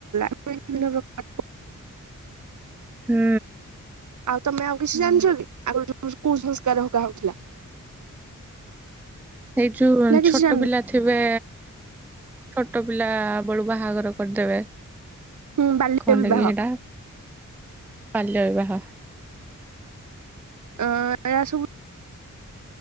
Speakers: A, on the right; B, in the centre.
A: <unintelligible>
B: ହୁଁ।
A: ଆଉ ତମେ ଆଉ କିଛି ଜାଣିଚ କି ଆଗ ଯୋ କୁସଂସ୍କାର ହକା ହଉଥିଲା।
B: ଏଇ ଯୋଉ
A: ନା କିଛି
B: ଛୋଟ
A: ଜାଣିନ
B: ପିଲା ଥିବେ ଛୋଟ ପିଲା ବେଳୁ ବାହାଘର କରିଦେବେ
A: ହୁଁ ବାଲ୍ୟ
B: ଖଣ୍ଡେ
A: ବିବାହ
B: ବି ହେଟା ବାଲ୍ୟବିବାହ।
A: ଅ <unintelligible> ସବୁ